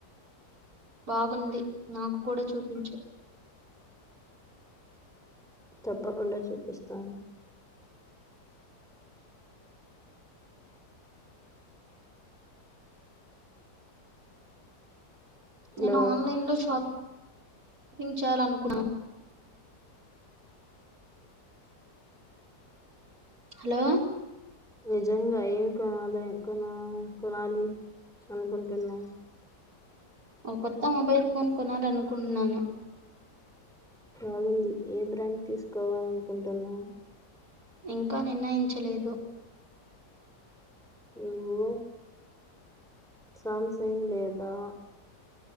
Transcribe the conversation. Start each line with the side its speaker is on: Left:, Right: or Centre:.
Right: బాగుంది. నాకు కూడా చూపించు
Centre: తప్పకుండా చూపిస్తాను హలో
Right: నేను ఆన్లైన్లో షా <inaudible> పింగ్ చేయాలనుకున్నా హలో
Centre: నిజంగా ఏం కొనాలె కొనా కొనాలి అనుకుంటున్నావ్
Right: ఓ కొత్త మొబైల్ ఫోన్ కొనాలనుకుంటున్నాను
Centre: బాగుంది ఏ బ్రాండ్ తీసుకోవాలని అనుకుంటున్నావ్
Right: ఇంకా నిర్ణయించలేదు
Centre: ఊ ఓ సామసంగ్ లేదా